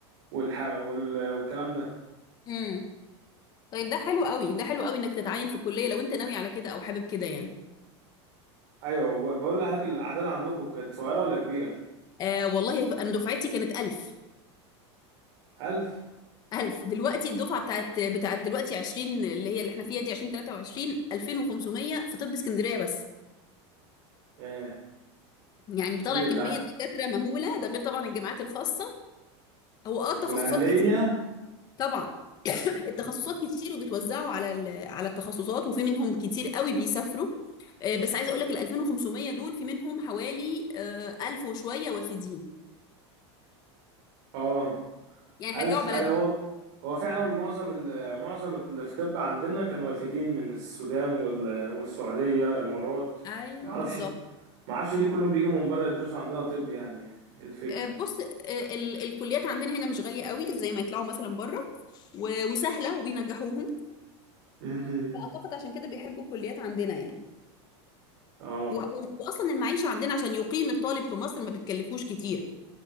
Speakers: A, on the right (about 55°); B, on the left (about 25°).
A: والح... وال... والكلام ده
B: امم طيب ده حلو قوي ده حلو قوي انك تتعين في الكلية لو انت ناوي على كده او حابب كده يعني
A: ايوه ب- بقول لحضرتك الاعداد عندكم كانت صغيره ولا كبيره
B: آه والله انا دفعتي كانت 1000
A: الف
B: 1000 دلوقتي الدفعة بتاعت بتاعت دلوقتي 20 اللي هي اللي احنا فيها دي 2023 2500 في طب اسكندرية بس
A: ايه
B: يعني
A: ده كتير
B: بيطلع كمية
A: ده
B: دكاترة مهولة ده غير طبعا الجامعات الخاصة هو اه تخصصات
A: والاهليه
B: كتير طبعا التخصصات
A: مم.
B: كتير وبتوزعوا على ال- على التخصصات وفي منهم كتير قوي بيسافروا آه، بس عايزه اقول لك ال 2500 دول في منهم حوالي آه، 1000 وشويه وافدين
A: اه
B: يعني
A: الف
B: هيرجعوا
A: قال-
B: بلدهم
A: هو هو فعلا معظم ال... معظم اللي في طب عندنا كانوا وافدين من السودان وال... والسعوديه امارات
B: ايوه
A: معرفش
B: بالظبط
A: معرفش ليه كلهم بيجوا من بره يدرسوا عندنا طب يعني ايه الفكره
B: آه، بص آه، ال- الكليات عندنا هنا مش غاليه قوي زي ما يطلعوا مثلا بره و- وسهله وبينجحوهم
A: <laughs>
B: فاعتقد عشان كده بيحبوا الكليات عندنا يعني
A: اه
B: و- واصلا المعيشه عندنا عشان يقيم الطالب في مصر ما بتكلفوش كتير